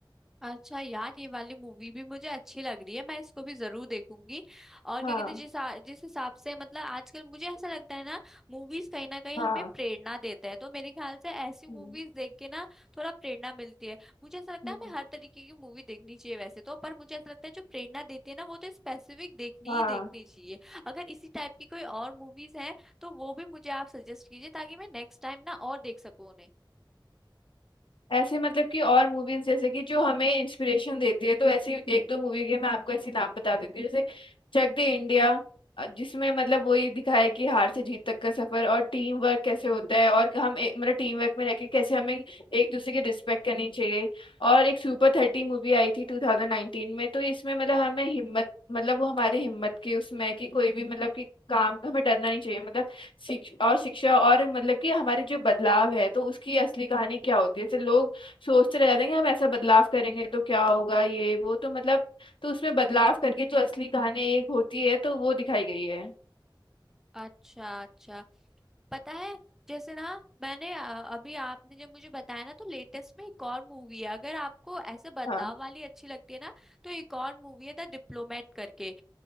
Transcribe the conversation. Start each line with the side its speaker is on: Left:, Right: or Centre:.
Centre: अच्छा यार ये वाली मूवी भी मुझे अच्छी लग रही है मैं इसको भी जरूर देखूंगी और
Left: हाँ
Centre: क्या कहते हैं जिस आ- जिस हिसाब से मतलब आजकल मुझे ऐसा लगता है ना मूवीज कहीं ना कहीं
Left: हाँ
Centre: हमें प्रेरणा देता है तो मेरे ख्याल से ऐसी मूवीज
Left: हम्म।
Centre: देख के ना थोड़ा प्रेरणा मिलती है मुझे ऐसा लगता
Left: हम्म,
Centre: है हमें हर तरीके की मूवी देखनी चाहिए वैसे तो पर मुझे ऐसा लगता है जो प्रेरणा देती है ना वो तो स्पेसिफिक देखनी
Left: हाँ
Centre: ही देखनी चाहिए अगर इसी टाइप की कोई और मूवीज है तो वो भी मुझे आप सजेस्ट कीजिए ताकि मैं नेक्स्ट टाइम ना और देख सकूं उन्हें
Left: ऐसे मतलब कि और मूवीज जैसे कि जो हमें इंस्पिरेशन देती है तो ऐसी एक दो मूवी के मैं आपको ऐसे नाम बता देती हूँ जैसे चक दे इंडिया जिसमें मतलब वही दिखाया है कि हार से जीत तक का सफर और टीम वर्क कैसे होता है और हम एक, मतलब टीम वर्क में रहकर कैसे हमें एक दूसरे की रिस्पेक्ट करनी चाहिए और एक सुपर थर्टी मूवी आई थी 2019 में तो इसमें मतलब हमें हिम्मत मतलब वो हमारी हिम्मत की उसमें है कि कोई भी मतलब कि काम का हमें डरना नहीं चाहिए मतलब शिक्ष और शिक्षा और मतलब कि हमारे जो बदलाव है तो उसकी असली कहानी क्या होती है जैसे लोग सोचते रह जाते हैं कि हम ऐसा बदलाव करेंगे तो क्या होगा ये वो तो मतलब तो उसमें बदलाव करके जो असली कहानी एक होती है तो वो दिखाई गई है
Centre: अच्छा अच्छा पता है जैसे ना मैंने अ, अभी आपने जब मुझे बताया ना तो लेटेस्ट में एक और मूवी है अगर आपको ऐसे बदलाव
Left: हाँ
Centre: वाली अच्छी लगती है ना तो एक और मूवी है द डिप्लोमेट करके